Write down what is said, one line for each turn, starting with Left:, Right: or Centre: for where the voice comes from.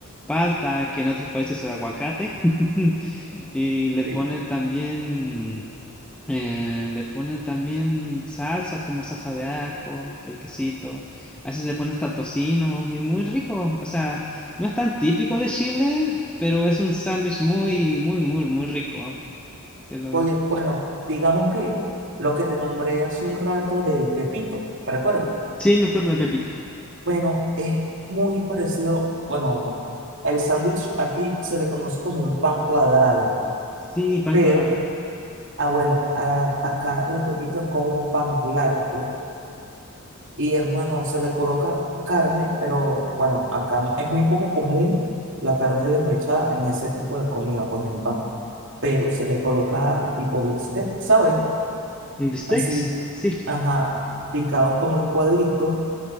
Centre: palta, que en otros países es aguacate, <laughs> y le
Right: Sí.
Centre: ponen también... Eh, le ponen también salsas como salsa de ajo, que el quesito. A veces le ponen hasta tocino y es muy rico. O sea, no es tan típico de Chile, pero es un sándwich muy, muy, muy, muy rico. Te lo...
Right: Oye, bueno, digamos que lo que te nombré hace un rato del Pepito, ¿te acuerdas?
Centre: Sí, me acuerdo de Pepito.
Right: Bueno, es muy parecido, bueno, el sándwich aquí se le conoce como un pan cuadrado,
Centre: Sí, pan
Right: pero,
Centre: cuadrado.
Right: ah, bueno, a- acá el Pepito es con un pan largo y hermano, se le coloca carne, pero bueno, acá es muy poco común la carne desmechada en ese tipo de comida, pues en pan, pero se le coloca tipo bistec, ¿sabes?
Centre: ¿Y el Bistecs?
Right: así,
Centre: Sí.
Right: ajá, picados como en cuadritos